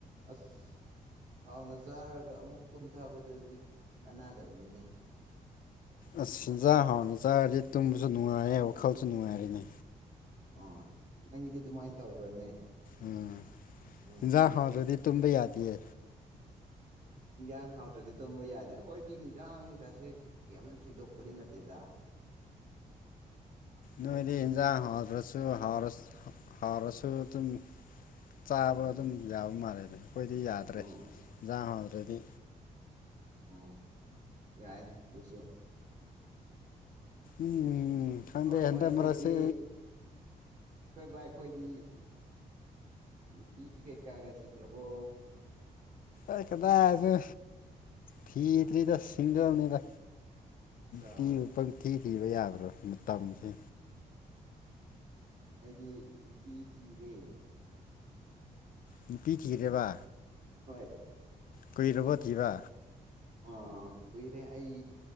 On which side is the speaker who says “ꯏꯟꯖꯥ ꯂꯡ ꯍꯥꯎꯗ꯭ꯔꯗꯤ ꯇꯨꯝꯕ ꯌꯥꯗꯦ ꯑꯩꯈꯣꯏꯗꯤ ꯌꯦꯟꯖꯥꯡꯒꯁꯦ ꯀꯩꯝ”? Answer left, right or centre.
Right